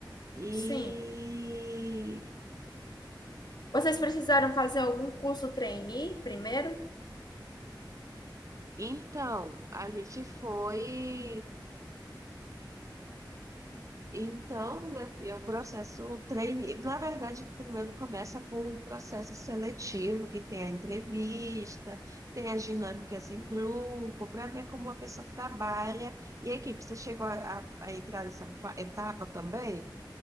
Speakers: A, on the right; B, on the left.
A: E
B: Sim. Vocês precisaram fazer algum curso trainee primeiro?
A: então, a gente foi. Então, meu filho, o processo treine, na verdade, primeiro começa com o processo seletivo, que tem a entrevista, tem as dinâmicas em grupo, para ver como a pessoa trabalha. E a equipe, você chegou a, a- a entrar nessa fa- etapa também?